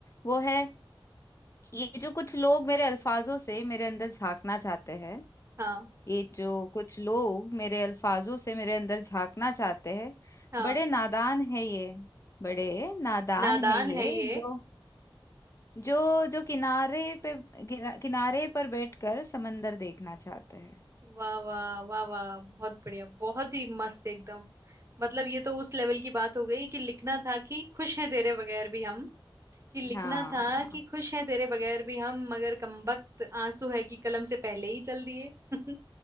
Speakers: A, on the left; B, on the right.
A: वो है ये जो कुछ लोग मेरे अल्फाजों से मेरे अंदर झांकना चाहते हैं
B: हाँ
A: ये जो कुछ लोग मेरे अल्फाजों से मेरे अंदर झांकना चाहते हैं
B: हाँ
A: बड़े नादान है ये बड़े नादान
B: नादान
A: है ये
B: है ये
A: जो जो जो किनारे पे किना- किनारे पर बैठकर समंदर देखना चाहते हैं
B: वाह वाह वाह वाह बहुत बढ़िया बहुत ही मस्त एकदम मतलब ये तो उस लेवल की बात हो गई कि लिखना था कि खुश हैं तेरे बगैर भी हम कि लिखना
A: हाँ
B: था कि खुश हैं तेरे बगैर भी हम मगर कमबख्त आंसू है कि कलम से पहले ही चल दिए <laughs>